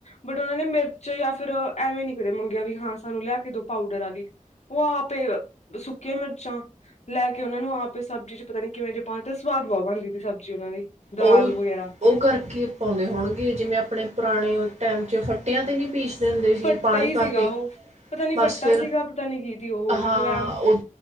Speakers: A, on the left (about 55°); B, on the right (about 60°).
A: ਬਟ ਉਹਨਾ ਨੇ ਮਿਰਚ ਜਾਂ ਫਿਰ ਐਵੇ ਨੀ- ਦੇ ਮੰਗਿਆ ਵੀ ਹਾਂ ਸਾਨੂੰ ਲੈ ਕੇ ਦੋ ਪਾਊਡਰ ਵਾਲੀ, ਉਹ ਆਪੇ ਸੁੱਕੀਆਂ ਮਿਰਚਾਂ- ਲੈ ਕੇ ਉਹਨਾ ਨੂੰ ਆਪ ਸਬਜੀ 'ਚ ਪਤਾ ਨੀ ਕਿਵੇ ਜੇ ਪਾਉ, ਤੇ ਸਵਾਦ ਬਹੁਤ ਬਣਦੀ ਸੀ ਸਬਜੀ ਉਹਨਾ ਦੀ ਦਾਲ
B: ਉਹ
A: ਵਗੈਰਾ-
B: ਉਹ ਕਰਕੇ ਪਾਉਦੇ ਹੋਣਗੇ, ਜਿਵੇ ਆਪਣੇ ਪੁਰਾਣੇ ਟਾਈਮ 'ਚ ਫੱਟਿਆਂ ਤੇ ਨਹੀ ਪੀਸ਼- ਹੁੰਦੇ ਸੀ
A: ਫੱਟਾ
B: ਪਾਣੀ
A: ਹੀ
B: ਪਾ
A: ਸੀਗਾ
B: ਕੇ,
A: ਉਹ ਪਤਾ ਨੀ
B: ਬਸ
A: ਫੱਟਾ
B: ਫਿਰ
A: ਸੀਗਾ ਪਤਾ ਨੀ ਕੀ ਤੀ ਉਹ ਮਤਲਬ
B: ਹਾਂ
A: ਐ
B: ਉਹ-